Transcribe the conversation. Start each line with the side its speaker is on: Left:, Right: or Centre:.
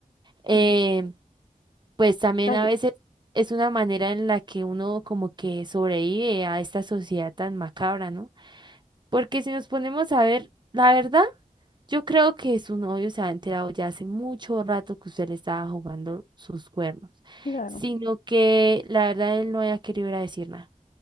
Right: eh,
Left: Sí.
Right: pues también
Left: Cagué,
Right: a veces es una manera en la que uno como que sobrevive a esta sociedad tan macabra, ¿no? Porque si nos ponemos a ver, la verdad, yo creo que su novio se ha enterado ya hace mucho rato que usted le estaba jugando sus cuernos,
Left: Claro,
Right: sino que la verdad él no había querido ir a decir nada.